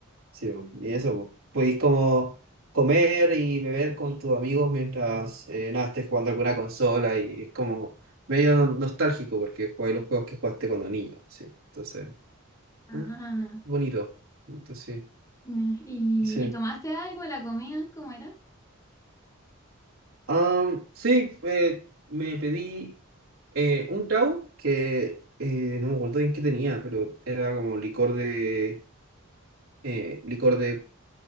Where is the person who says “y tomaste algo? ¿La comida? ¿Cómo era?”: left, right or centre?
Left